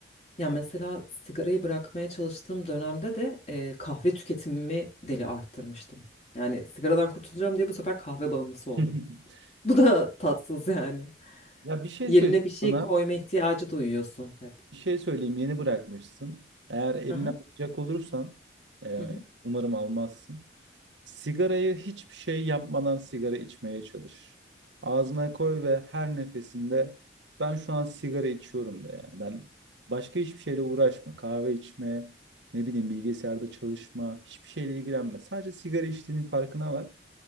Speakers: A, on the left; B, on the right.
A: Ya mesela sigarayı bırakmaya çalıştığım dönemde de e, kahve tüketimimi deli arttırmıştım. Yani sigaradan kurtulacağım diye bu sefer kahve bağımlısı oldum.
B: <laughs>
A: <laughs> Bu da tatsız yani.
B: Ya bir şey
A: Yerine
B: söyleyeyim
A: bir şey
B: sana.
A: koyma ihtiyacı duyuyorsun hep.
B: Bir şey söyleyeyim yeni bırakmışsın. Eğer eline
A: Aha.
B: alacak olursan yani
A: Hı hı.
B: umarım almazsın. Sigarayı hiçbir şey yapmadan sigara içmeye çalış. Ağzına koy ve her nefesinde ben şu an sigara içiyorum de yani. Ben başka hiçbir şeyle uğraşma. Kahve içme, ne bileyim bilgisayarda çalışma, hiçbir şeyle ilgilenme. Sadece sigara içtiğinin farkına var.